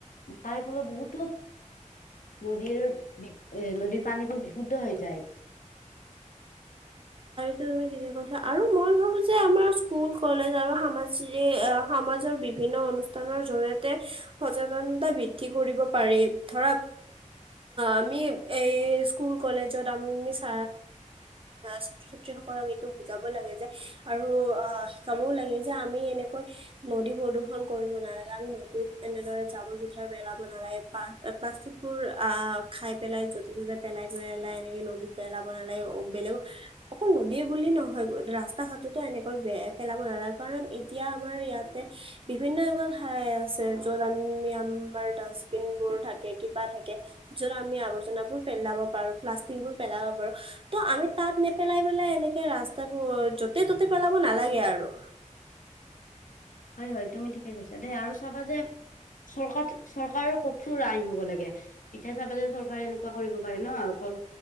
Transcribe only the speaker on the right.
তু ঠিকে কৈছা আৰু মই ভাবো যে আমাৰ স্কুল-কলেজ আৰু সাজ সমাজৰ বিভিন্ন অনুষ্ঠানৰ জৰিয়তে সচেতনতা বৃদ্ধি কৰিব পাৰি ধৰা। অমি এই স্কুল-কলেজত আমি চ ছাত্ৰ-ছাত্ৰী সকলক এইটো বুজাব লাগে যে, আৰু অ' শিকাবও লাগে যে আমি এনেকৈ নদী প্ৰদূৰন কৰিব নালাগে আমি নদৈত এনেদৰে জাবৰ জোথাৰ পেলাব, পেলাব নালাগে পা-প্লাচটিকবোৰ আহ খাই পেলাই যতে ত'তে পেলাই পেলাই এনেকে নদীত পেলাব নালগে। বেলেগ অ অকল নদীয়ে বুলি নহয়। ৰাস্তা ঘাটোতো এনেকৈ পেলাব নালাগে। কাৰণ এতিয়া আমাৰ ইয়াতে বিভিন্ন এত ঠাই আছে য'ত আমি আমাৰ ডাষ্টবিন বোৰ থাকে কিবা থাকে। যত আমি আৱৰ্জাবোৰ পেলাব পাৰো প্লাষ্টিক বোৰ পেলাব পাৰো ত আমি তাত নে পেলাই-পেলাই এনেকে ৰাস্তা তাৰাপ য'তে-ত'তে পেলাব নালাগে আৰু।